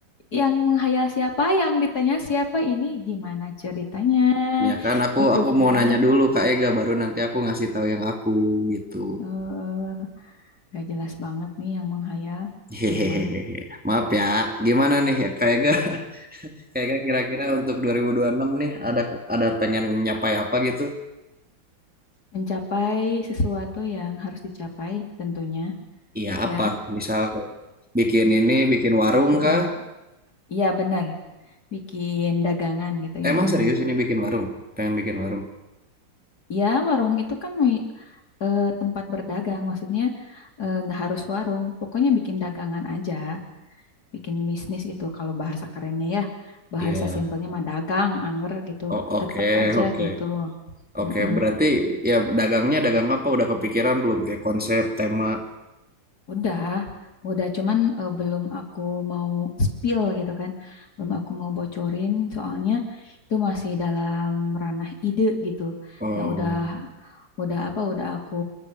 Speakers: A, on the left; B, in the centre.
A: yang menghayal siapa, yang ditanya siapa ini gimana ceritanya
B: ya kan aku
A: gitu
B: aku
A: kan.
B: mau nanya dulu Kak Ega baru nanti aku ngasih tahu yang aku gitu
A: Eh, gak jelas banget nih yang menghayal.
B: hehehe
A: Emang
B: maaf ya gimana nih ya Kak Ega <laughs> Kak Ega kira-kira untuk 2026 nih ada ada pengen nyapai apa gitu
A: mencapai sesuatu yang harus dicapai tentunya
B: iya apa
A: ya.
B: misal kayak bikin ini bikin warung
A: Mm-mm.
B: kah
A: Iya benar, bikin dagangan gitu
B: emang
A: yang
B: serius ini bikin warung pengen bikin warung
A: Ya, warung itu kan wi- eh, tempat berdagang, maksudnya eh, nggak harus warung, pokoknya bikin dagangan aja, bikin bisnis gitu. Kalau bahasa kerennya ya, bahasa
B: Iya.
A: simpelnya mah dagang, angger gitu,
B: Oh, oke,
A: tetep aja
B: oke.
A: gitu.
B: Oke,
A: Mm-mm.
B: berarti ya dagangnya dagang apa udah kepikiran belum kayak konsep, tema.
A: Udah, udah cuman eh, belum aku mau spill gitu kan, belum aku mau bocorin, soalnya itu masih dalam ranah ide gitu.
B: Oh.
A: Ya udah, udah apa, udah aku